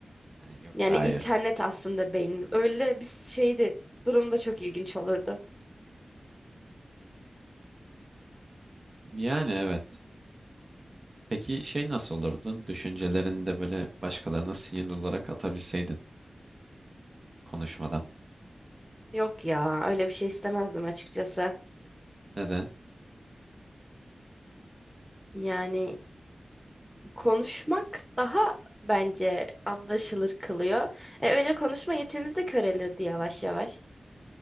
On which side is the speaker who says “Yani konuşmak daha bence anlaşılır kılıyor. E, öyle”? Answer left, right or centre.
Centre